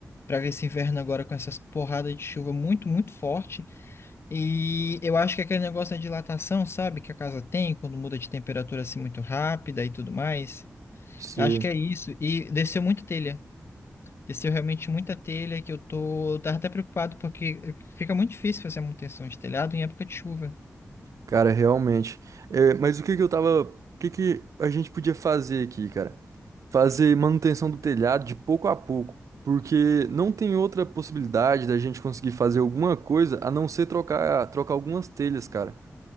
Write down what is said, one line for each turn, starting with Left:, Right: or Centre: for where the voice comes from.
Left: para esse inverno agora com essas porradas de chuva muito, muito forte. E eu acho que aquele negócio da dilatação, sabe, que a casa tem quando muda de temperatura assim muito rápida e tudo mais.
Right: Sim.
Left: Acho que é isso. E desceu muita telha. Desceu realmente muita telha que eu tô, eu tava até preocupado porque fica muito difícil fazer a manutenção de telhado em época de chuva.
Right: Cara, realmente. É, mas o que que eu tava... O que que a gente podia fazer aqui, cara? fazer manutenção do telhado de pouco a pouco, porque não tem outra possibilidade da gente conseguir fazer alguma coisa a não ser trocar, trocar algumas telhas, cara.